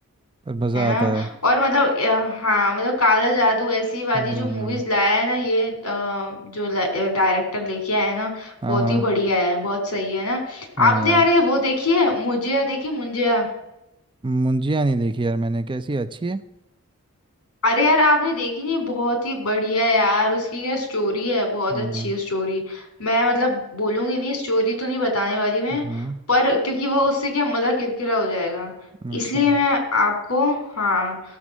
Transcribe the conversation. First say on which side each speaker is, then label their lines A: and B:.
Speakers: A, on the right (about 20°); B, on the left (about 65°).
A: पर मज़ा
B: है ना
A: आता है
B: और मतलब अ, हाँ मतलब काला जादू ऐसी वाली
A: हम्म
B: जो मूवीज लाया है ना ये अ, जो डायरेक्टर लेके आया है ना
A: हाँ
B: बहुत
A: हाँ
B: ही बढ़िया है बहुत सही है ना
A: हाँ
B: आपने
A: यार
B: अरे वो देखी है मुझे देखी मुंजिया
A: मुंजिया नहीं देखी यार मैंने कैसी है? अच्छी है
B: अरे यार आपने देखी नहीं बहुत ही बढ़िया यार उसकी क्या स्टोरी है बहुत
A: हम्म
B: अच्छी स्टोरी मैं मतलब बोलूंगी नहीं स्टोरी तो नहीं बताने वाली मैं
A: हम्म
B: पर क्योंकि वो उससे क्या मजा किरकिरा हो जाएगा
A: अच्छा
B: इसलिए मैं आपको हाँ